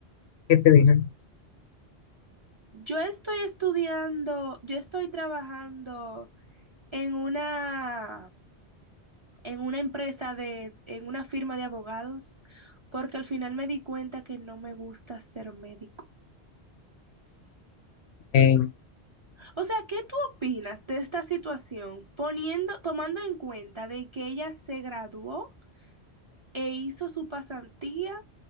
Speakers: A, on the left; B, on the right.
A: ¿Qué te dije?
B: Yo estoy estudiando, yo estoy trabajando en una, en una empresa de, en una firma de abogados, porque al final me di cuenta que no me gusta ser médico.
A: Eh,
B: O sea, ¿qué tú opinas de esta situación, poniendo, tomando en cuenta de que ella se graduó e hizo su pasantía